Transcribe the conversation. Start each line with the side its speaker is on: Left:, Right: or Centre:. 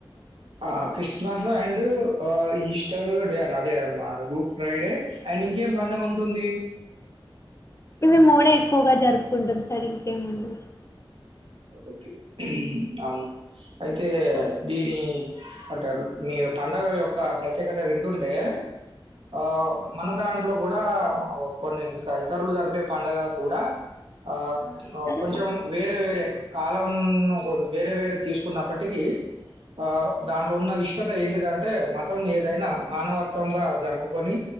Right: ఆహ్ క్రిస్మస్ అండ్ హ ఈస్టర్ డే అనే అదేమ్మా గుడ్ ఫ్రైడే అం ండ్ ఇంకేం పండగ ఉంటుంది
Left: మేమ్ మూడే ఎక్కువగ జరుపుకుంటం సార్ ఇంకేముండదు
Right: ఓకే అవును అయితే
Left: ఓకే
Right: బీడీ
Left: సార్
Right: అంటే మీ పండగల యొక్క ప్రత్యేకత వింటుంటే ఆహ్ మన దాంట్లో గూడా అహ్ కొన్ని ఇంక ఇతరులు జరిపే పండగ కూడా ఆహ్
Left: ఆ,
Right: అ
Left: సరే
Right: కొంచం వేరే వేరే కాలాం ను కొ వేరే వేరే తీసుకున్నప్పటికీ ఆహ్ దాంట్లో ఉన్న విష్టత ఏంటిదంటే మతం ఏదైనా మానవత్వంగా జరుపుకొని